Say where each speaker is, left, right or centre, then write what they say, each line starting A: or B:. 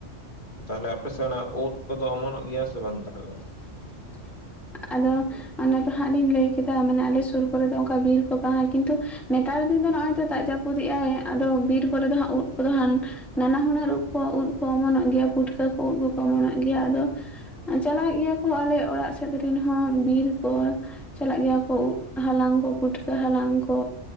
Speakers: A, on the left; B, in the centre.
A: ᱛᱟᱦᱞᱮ, ᱟᱯᱮ ᱥᱮᱜ ᱚᱱᱟ ᱩᱫ ᱠᱚᱫᱚ ᱚᱢᱚᱱᱚᱜ ᱜᱮᱭᱟ ᱥᱮ ᱵᱟᱝ, ᱛᱟᱦᱞᱮ?
B: <unintelligible> ᱟᱫᱚ ᱚᱱᱮ ᱛᱚ ᱦᱟᱸᱜ ᱞᱤᱧ ᱞᱟᱹᱭ ᱠᱮᱫᱟ, ᱢᱮᱱᱟᱜ ᱟᱞᱮ ᱥᱩᱨ ᱠᱚᱨᱮ ᱫᱚ ᱚᱝᱠᱟ ᱵᱤᱨ ᱠᱚ ᱵᱟᱝ ᱠᱤᱱᱛᱩ ᱱᱮᱛᱟᱨ ᱫᱤᱱ ᱫᱚ ᱱᱚᱜᱼᱚᱭ ᱛᱚ, ᱫᱟᱜ ᱡᱟᱹᱯᱩᱫᱤᱜ ᱟᱭ, ᱟᱫᱚ ᱵᱤᱨ ᱠᱚᱨᱮ ᱫᱚ ᱦᱟᱸᱜ ᱩᱫ ᱠᱚᱫᱚ ᱦᱟᱱ ᱱᱟᱱᱟ ᱦᱩᱱᱟᱹᱨ ᱩᱵ ᱠᱚ, ᱩᱫ ᱠᱚ ᱚᱢᱚᱱᱚᱜ ᱜᱮᱭᱟ᱾ ᱯᱩᱴᱠᱟᱹ ᱠᱚ, ᱩᱫ ᱠᱚᱠᱚ ᱚᱢᱚᱱᱚᱜ ᱜᱮᱭᱟ᱾ ᱟᱫᱚ ᱟᱸ, ᱪᱟᱞᱟᱜ ᱜᱮᱹᱭᱟ ᱠᱚ, ᱟᱞᱮ ᱚᱲᱟᱜ ᱥᱮᱫ ᱨᱤᱱ ᱦᱚᱸ ᱵᱤᱨ ᱠᱚ᱾ ᱪᱟᱞᱟᱜ ᱜᱮᱭᱟ ᱠᱚ, ᱩᱫ ᱦᱟᱞᱟᱝ ᱠᱚ, ᱯᱩᱴᱠᱟᱹ ᱦᱟᱞᱟᱝ ᱠᱚ?